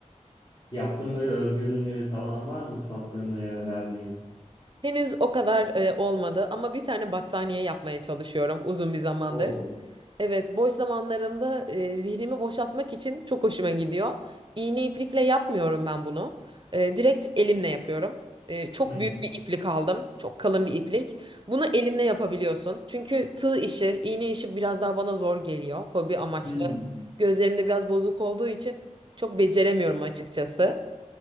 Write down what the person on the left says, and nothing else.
Yaptığın böyle örgü ürünleri falan var mı sattığın veya verdiğin?
Oo.
Hı. hı.
Hmm.